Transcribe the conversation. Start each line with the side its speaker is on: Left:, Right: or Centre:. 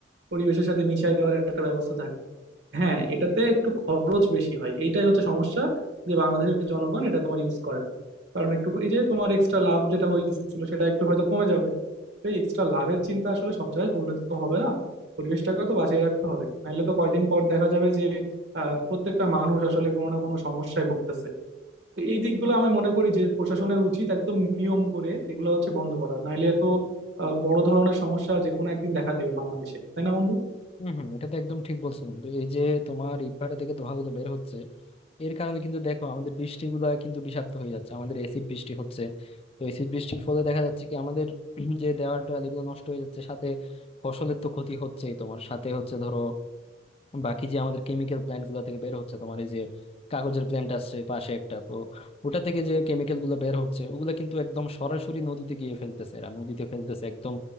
Right: পরিবেশের সাথে মিশাই দেওয়ার একটা ব্যবস্থা থাকে হ্যাঁ এটাতে একটু খরচ বেশি হয় এইটাই হচ্ছে সমস্যা যে বাংলাদেশের জনগণ এটা তোমার ইউজ করে না কারণ একটু এই যে তোমার এক্সট্রা লাভ যেটা হইতেছিল সেটা একটু হয়তো কমে যাবে তো এক্সট্রা লাভের চিন্তা আসলে সব জায়গায় করলে তো হবে না পরিবেশটাকে তো বাঁচিয়ে রাখতে হবে নাহলে তো কয়দিন পর দেখা যাবে যে আহ প্রত্যেকটা মানুষ আসলে কোনো না কোনো সমস্যায় ভুগতেছে তো এই দিকগুলো আমি মনে করি যে প্রশাসনের উচিত একদম নিয়ম করে এগুলো হচ্ছে বন্ধ করা নাইলে তো আহ, বড় ধরনের সমস্যা যে কোনো একদিন দেখা দিবে বাংলাদেশে তাই না বন্ধু
Left: হম হম এটা তো একদম ঠিক বলছো বন্ধু এই যে তোমার ইটভাটা থেকে ধোঁয়াগুলো বের হচ্ছে এর কারণে কিন্তু দেখো আমাদের বৃষ্টিগুলা কিন্তু বিষাক্ত হয়ে যাচ্ছে আমাদের এসিড বৃষ্টি হচ্ছে তো এসিড বৃষ্টির ফলে দেখা যাচ্ছে কি আমাদের <clears throat> যে দেওয়াল টোয়াল এগুলো নষ্ট হয়ে যাচ্ছে সাথে ফসলের তো ক্ষতি হচ্ছেই তোমার সাথে হচ্ছে ধরো বাকি যে আমাদের কেমিক্যাল প্ল্যান্ট গুলো থেকে বের হচ্ছে তোমার এই যে কাগজের প্ল্যান্ট আছে পাশে একটা তো ওটা থেকে যে কেমিক্যাল গুলো বের হচ্ছে ওগুলা কিন্তু একদম সরাসরি নদীতে গিয়ে ফেলতেছে এরা নদীতে ফেলতেছে একদম